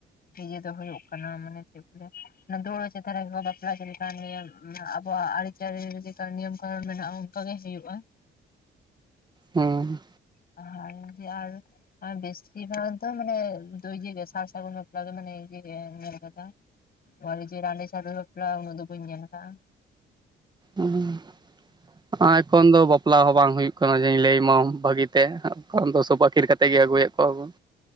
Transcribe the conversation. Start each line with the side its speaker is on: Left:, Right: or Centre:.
Left: ᱱᱤᱡᱮ ᱫᱚ ᱦᱩᱭᱩᱜ ᱠᱟᱱᱟ ᱢᱟᱱᱮ ᱪᱮᱫ ᱞᱮᱠᱟ ᱚᱱᱮ ᱫᱟᱹᱲᱟ ᱪᱮᱛᱟᱱ ᱨᱮ ᱜᱮᱠᱚ ᱵᱟᱯᱞᱟ ᱪᱮᱫ ᱞᱮᱠᱟ ᱱᱤᱭᱚᱢ ᱢᱟᱱᱮ ᱟᱵᱚᱣᱟᱜ ᱟᱨᱤ ᱪᱟᱨᱤ ᱨᱮ ᱪᱮᱫᱠᱟ ᱱᱤᱭᱚᱢ ᱠᱟᱨᱚᱱ ᱢᱮᱱᱟᱜᱼᱟ ᱚᱱᱠᱟ ᱜᱮ ᱦᱩᱭᱩᱜᱼᱟ᱾
Right: ᱦᱚᱸ᱾
Left: ᱦᱟᱨ ᱡᱮ ᱟᱨ, ᱟᱨ ᱵᱮᱥᱤᱨ ᱵᱷᱟᱜ ᱫᱚ ᱢᱟᱱᱮ ᱫᱚ ᱤᱭᱟᱹᱜᱮ ᱥᱟᱨ ᱥᱟᱹᱜᱩᱱ ᱵᱟᱯᱞᱟ ᱫᱚ ᱢᱟᱱᱮ ᱤᱭᱟ ᱜᱮ ᱧᱮᱞ ᱠᱟᱫᱟ᱾ ᱚᱞᱮ ᱡᱮ ᱨᱟᱱᱵᱮ ᱪᱷᱟᱰᱩᱭᱤ ᱵᱟᱯᱞᱟ ᱩᱱᱟᱹᱜ ᱫᱚ ᱵᱟ. ᱧ ᱧᱮᱞ ᱠᱟᱜ-ᱟ᱾
Right: ᱚᱦ᱾ ᱟ ᱮᱠᱷᱚᱱ ᱫᱚ ᱵᱟᱯᱞᱟ ᱦᱚᱸ ᱵᱟᱝ ᱦᱩᱭᱩᱜ ᱠᱟᱱᱟ ᱡᱮᱧ ᱞᱟᱹᱭ ᱢᱟᱣ ᱵᱷᱟᱹᱜᱤ ᱛᱮ ᱠᱟᱨᱚᱱ ᱫᱚ ᱥᱚᱵ ᱟᱹᱠᱤᱨ ᱠᱟᱛᱮ ᱜᱮ ᱟᱹᱜᱩᱭᱮᱫ ᱠᱚᱣᱟ ᱵᱚᱱ᱾